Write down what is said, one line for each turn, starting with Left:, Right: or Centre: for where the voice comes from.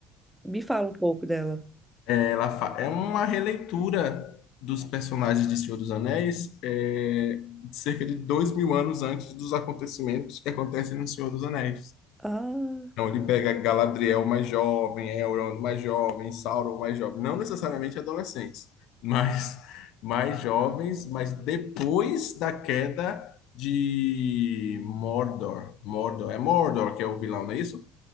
Centre: Me fala um pouco dela.
Left: Ela fa- é uma releitura dos personagens de Senhor dos Anéis, é, de cerca de dois mil anos antes dos acontecimentos que acontecem no Senhor dos Anéis.
Centre: Ah,
Left: Então ele pega Galadriel mais jovem, Elrond mais jovem, Sauron mais jovem, não necessariamente adolescentes, mas mais jovens, mas depois da queda de Mordor. Mordor, é Mordor que é o vilão, não é isso?